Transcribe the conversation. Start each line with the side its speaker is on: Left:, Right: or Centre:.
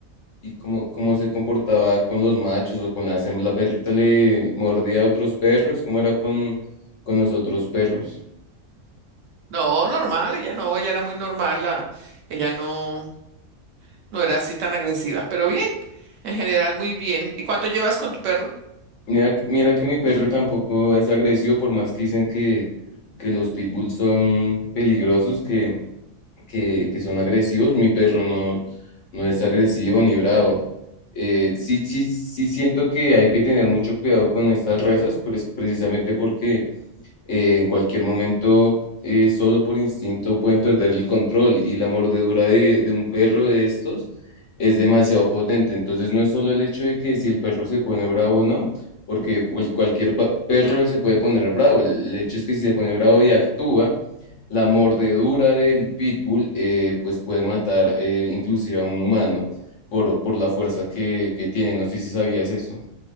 Left: ¿Y cómo, cómo se comportaba con los machos o con las hembras? ¿La perrita le mordía a otros perros? ¿Cómo era con, con los otros perros?
Right: No, normal, ella no, ella era muy normal, la, ella no, no era así tan agresiva. Pero bien, en general muy bien. ¿Y cuánto llevas con tu perro?
Left: Mira, que- mira que mi perro tampoco es agresivo, por más que dicen que, que los pitbulls son peligrosos, que que, que son agresivos. Mi perro no, no es agresivo ni bravo. Eh, sí, sí, sí siento que hay que tener mucho cuidado con estas razas, pues precisamente porque eh, en cualquier momento, eh, solo por instinto, pueden perder el control y la mordedura de, de un perro de estos es demasiado potente. Entonces, no es solo el hecho de que si el perro se pone bravo o no, porque cual- cualquier pa- perro se puede poner bravo. El, el hecho es que si se pone bravo y actúa, la mordedura del pitbull eh, pues puede matar eh, inclusive a un humano por, por la fuerza que, que tiene. No sé si sabías eso.